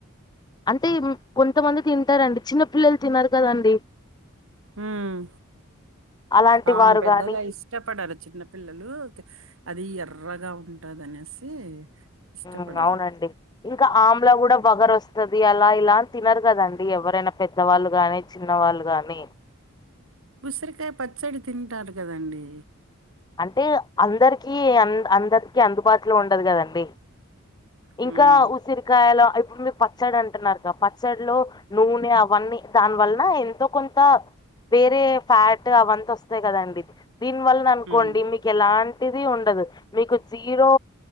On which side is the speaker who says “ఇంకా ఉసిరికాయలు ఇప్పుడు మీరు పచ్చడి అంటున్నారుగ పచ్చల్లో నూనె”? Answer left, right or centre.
Left